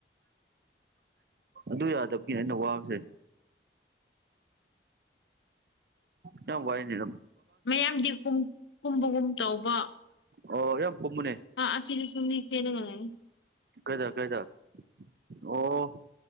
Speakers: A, on the right; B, on the left.
A: ꯑꯗꯨ ꯌꯥꯗꯕꯒꯤ ꯑꯩꯅ ꯋꯥꯕꯁꯦ ꯅ ꯋꯥꯥꯏꯅꯤꯔ
B: ꯃꯌꯥꯝꯗꯤ ꯀꯨꯝꯕꯒꯨꯝ ꯇꯧꯕ
A: ꯑꯣ ꯌꯥꯝ ꯄꯨꯝꯃꯨꯅꯦ
B: ꯑꯥ ꯑꯁꯤꯗꯁꯨ ꯃꯤ ꯆꯦꯟꯂꯒ ꯂꯥꯛꯑꯦ
A: ꯀꯩꯗ ꯀꯩꯗ ꯑꯣ